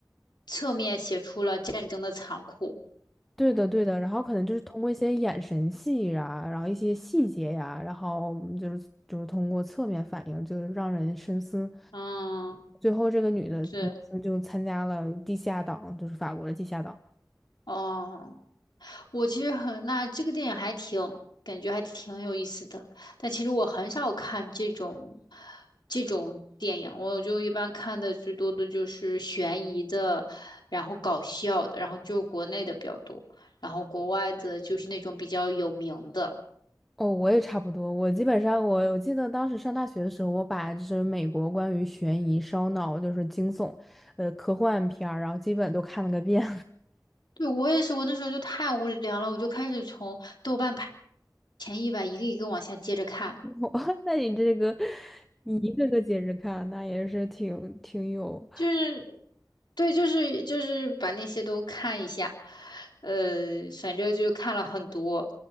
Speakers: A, on the left; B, in the centre.
A: 侧面写出了战争的残酷。
B: 对的，对的，然后可能就是通过一些眼神戏呀，然后一些细节呀，然后就是就是通过侧面反应，就是让人深思。
A: 嗯，
B: 最后，这个女的
A: 对，
B: 就参加了地下党，就是法国的地下党。
A: 哦。我其实很，那这个电影还挺，感觉还挺有意思的。但其实我很少看这种这种电影，我就一般看的最多的就是悬疑的，然后搞笑的，然后就国内的比较多，然后国外的就是那种比较有名的。
B: 哦，我也差不多。我基本上，我我记得当时上大学的时候，我把就是美国关于悬疑、烧脑，就是惊悚，呃，科幻片儿，然后基本都看了个遍。
A: 对，我也是，我那时候就太无聊了，我就开始从豆瓣排前一百一个一个往下接着看。
B: <laughs> 哇，那你这个你一个个接着看，那也是挺挺有，
A: 就是对，就是就是把那些都看一下，呃，反正就看了很多。